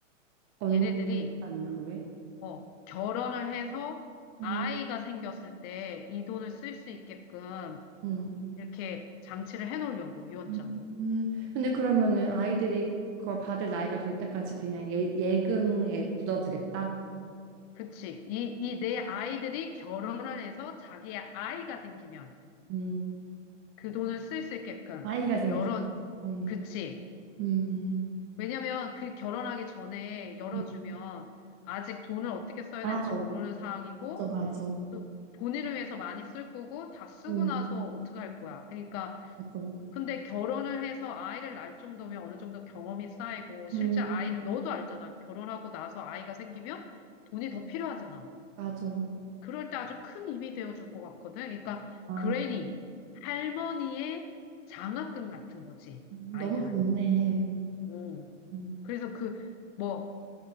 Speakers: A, on the right (about 35°); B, on the left (about 30°).
A: 언산
B: 얘네들이
A: 이후에
B: 어, 결혼을 해서
A: 음,
B: 아이가 생겼을 때 이 돈을 쓸 수 있게끔
A: 음.
B: 이렇게 장치를 해놓으려고 유언장에.
A: 음. 근데 그러면은 아이들이 그걸 받을 나이가 될 때까지 그냥 예, 예금에 묻어두겠다.
B: 그치. 이, 이 내 아이들이 결혼을 해서 자기의 아이가 생기면
A: 음,
B: 그 돈을 쓸 수 있게끔
A: 아이가 생기.
B: 열어,
A: 음,
B: 그치.
A: 음,
B: 왜냐면 그 결혼하기 전에 열어주면
A: 음,
B: 아직 돈을 어떻게 써야
A: 맞아
B: 될지 모르는 상황이고
A: 맞아 맞아.
B: 또 본인을 위해서 많이 쓸 거고 다 쓰고
A: 음,
B: 나서 어떻게 할 거야. 그러니까
A: 맞아.
B: 근데 결혼을 해서 아이를 낳을 정도면 어느 정도 경험이 쌓이고 실제
A: 음
B: 아이를 너도 알잖아. 결혼하고 나서 아이가 생기면 돈이 더 필요하잖아.
A: 맞아.
B: 그럴 때 아주 큰 힘이 되어줄 것 같거든. 그러니까
A: 와,
B: 그레니, 할머니의 장학금 같은 거지,
A: 음,
B: 아이들한테.
A: 너무 좋네.
B: 음.
A: 음.
B: 그래서 그, 뭐,